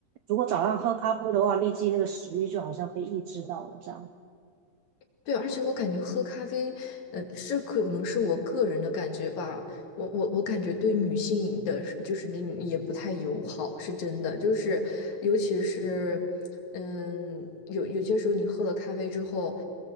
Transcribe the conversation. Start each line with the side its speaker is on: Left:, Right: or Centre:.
Right: 如果早上喝咖啡的话，立即那个食欲就好像被抑制到了，这样
Left: 对，而且我感觉喝咖啡，呃，是可能是我个人的感觉吧。我我我感觉对女性的是就是也不太友好，是真的。就是尤其是，嗯，有有些时候你喝了咖啡之后，